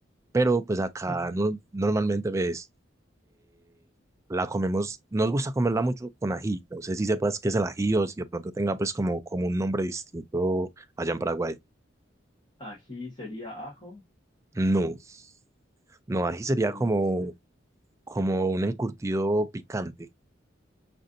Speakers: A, on the right; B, on the left.
A: pero pues acá
B: <laughs>
A: no- normalmente ves, la comemos, nos gusta comerla mucho con ají, no sé si sepas qué es el ají o si de pronto tenga pues como, como un nombre distinto allá en Paraguay.
B: Ají sería ajo.
A: No, no, ají sería como,
B: No sé.
A: como un encurtido picante.